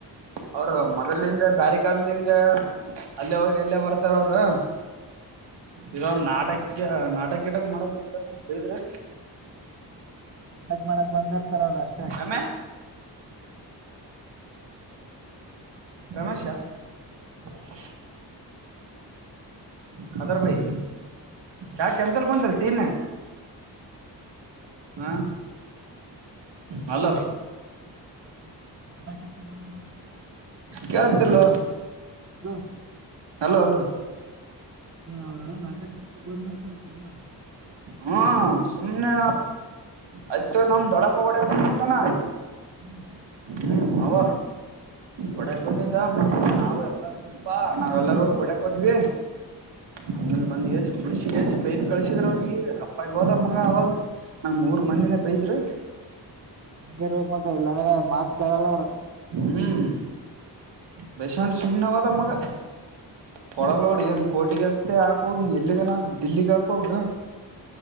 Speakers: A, on the right; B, on the right.
A: ಅವರು ಮೊದಲಿಂದ ಬ್ಯಾರಿಕರ್ದಿಂದ ಅಲ್ಲೇ ಹೋಗಿ ಎಲ್ಲೇ ಬರ್ತಾರ ಅವರು ಇದೊಂದು ನಾಟಕ ಈಗ ನಾಟಕ ಗಿಟಕ್ ಮಾಡಕ್ ಗೊತ್ತರ ನ ಬೈದ್ರೆ
B: ಮಾಡಗ್ ಮಾಡಕ್ ಬಂದಿರ್ತಾರ್ರ ಅಷ್ಟೇ
A: ರಮೆ
B: ತುಂಬಾ
A: ರಮೇಶ ಹ್ಮ್ಮ್. ಕದರ ಭಾಯ ಯಾ ಕೆಂತಲ್ಲ ಕುಂತಲ್ಲ ತೀರ್ನ ಹಾ ಹಲೋ ಹ
B: ್ಮ ನಾಟಕ ಬಂದ
A: ಕೇಳತಿಲ್ಲ
B: ಹಲೋ
A: ಅಲೋ ಅಲೋ ಹ
B: ಹ್ಮ ಅವ್ರ ನಟ ಕರ್ತ ಬಂದ್ಿರ್ತಾರೆ ಸುಮಮ್ಮ
A: ಹ್ಮ ಸುಮ್ನೆ ಆಯ್ತು ನಮ ದೊಡಪಗೋಡೆ ಬಂದ್ಬಟಾನ
B: ಹ್ಮ್
A: ಹ್ಮ್ ಅವ ಒಡಕ್ ಬಂದಿದ್ದ ಮ ನ ಎಲ್ಲ ಇದ್ದಪ್ಪಾ ನಾವ ಎಲ್ಲರೂ ಗುಡಾ ಕದೆ ಹ ಒಂದ್ ಎೇಸ್ ಕುುಡ್ಸಿ ೇಸ್ ಬೈಯ್ದ್ ಕಳಸಿದ್ರ ಅವ್ನಿಗೆ ಕಪ್ಪಗ್ ಹೋದಮ್ಮಂಗ ಅವಾಗ ನಂಗ್ ಮೂರ್ ಮಂದಿನ ಬೈದ್ರ
B: ನಂಗಗೆ ಇರ್ಬೇಕ ಮಾತ್ರ ಇಲ್ಲ ಅಂದ್ರೆ ಮಾತ್ ಕಲ್ಲರ
A: ಹ್ಮ್ ಬಸ್ಂಡ ಸುಮ್ನೆ ಹದ ಮಗ ಕೊಡಲ್ಲ ನೋಡಿ ಏನ್ ಕೋಟಿಗ ಹಕ್ತೆ ಹಾಕೋಗ ಎಲ್ಲಿಗಾನ ದಿಲ್ಲಿಗ್ ಹಾಕೋಗ